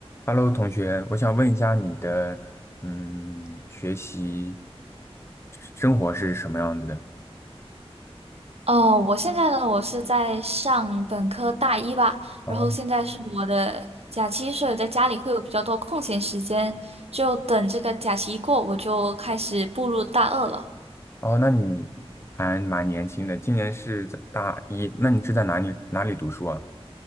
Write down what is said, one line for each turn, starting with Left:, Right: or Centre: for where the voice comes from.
Left: Hello，同学，我想问一下你的，嗯，学习生活是什么样子的？
Right: 哦，我现在呢，我是在上本科大一吧，
Left: 哦，
Right: 然后现在是我的假期，所以在家里会有比较多空闲时间，就等这个假期一过，我就开始步入大二了。
Left: 哦，那你还蛮年轻的，今年是在大一，那你是在哪里哪里读书啊？